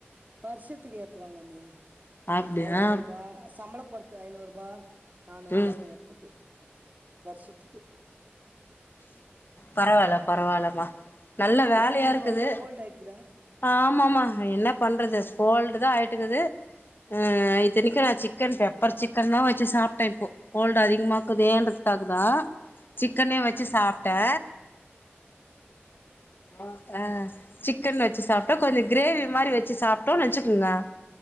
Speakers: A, on the right; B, on the left.
A: வருஷத்துக்கு ஏத்துவாங்க அண்ணி
B: அப்டியா
A: ஐநூறு ரூபா சம்பள போறத்து ஐநூறு ரூபா நானூறு
B: ம்
A: ரூபானு ஏத்தாது வருஷத்துக்கு
B: பரவாலப் பரவாயில்லமா நல்ல வேலயா
A: ஏ அண்ணி
B: இருக்குது
A: ரொம்ப கோல்ட் ஆயிட்டுக்குதா
B: ஆமாம்மா என்ன பண்றது கோல்டு தா ஆயி என்னது. அ இத்தனைக்கு நா சிக்கன் பெப்பர் சிக்கன் தா வச்சு சாப்டே இப்போ கோல்டு அதிகமாக்குதேன்றதுக்காக தா சிக்கனே வச் சாப்ட்டே ஆ ஆ சிக்கன் வச்சு சாப்ட்டோ கொஞ்சோ ஃக்ரேவி மாரி வச்சு சாப்ட்டோ வச்சு நெனச்சு